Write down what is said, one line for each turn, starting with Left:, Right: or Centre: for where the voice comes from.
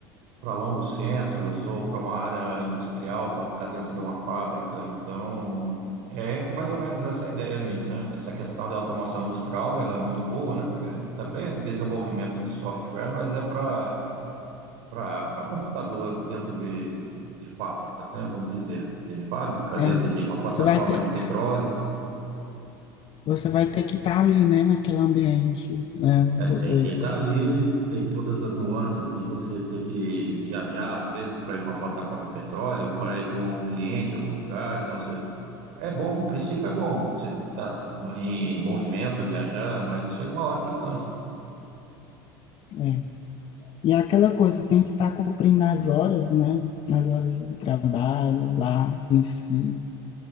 Right: para longos centros ou para uma área industrial para ficar dentro de uma fábrica. Então, é, é mais ou menos essa a ideia minha, né? Essa questão de automação industrial, ela é muito boa, né? Que é- também é desenvolvimento de software, mas é para para computador dentro de, de fábricas, né? Vamos dizer, dentro de fábrica,
Left: É,
Right: dentro de uma plataforma
Left: você vai ter,
Right: de petróleo.
Left: você vai ter que estar ali, né, naquele ambiente, né, muitas
Right: É, tem
Left: vezes.
Right: que estar ali, tem todas as nuances de você ter que viajar, às vezes, para ir para uma plataforma de petróleo, para ir para um cliente em algum lugar. Então, você, é bom, o princípio é bom, você está em, em movimento, viajar, mas chega uma hora que cansa.
Left: É. E é aquela coisa, tem que estar cumprindo as horas, né, as horas de trabalho lá em si.